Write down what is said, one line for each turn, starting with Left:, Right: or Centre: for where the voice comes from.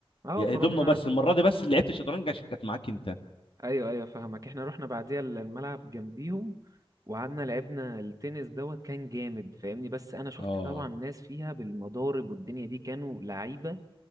Right: اه
Left: يعني
Right: فروحنا
Left: دومنه بس المره دي بس اللي لعبت شطرنج عشان كانت معاك انت
Right: ايوه ايوه فهمك احنا رحنا بعديها ال- الملعب جنبيهم وقعدنا لعبنا التنس دوت كان جامد فاهمني بس انا شفت
Left: اه
Right: طبعا ناس فيها بالمضارب والدنيا دي كانوا لعيبه